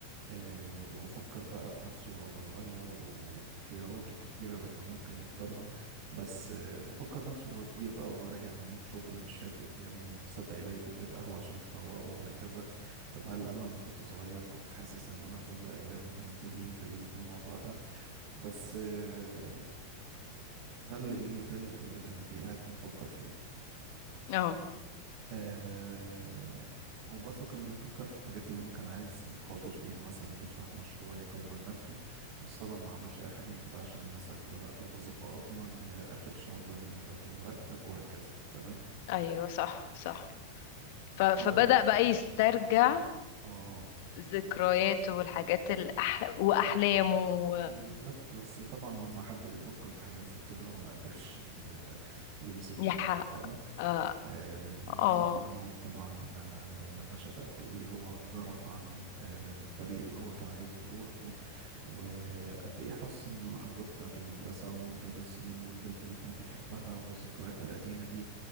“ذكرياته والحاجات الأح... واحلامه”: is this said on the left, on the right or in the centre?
Left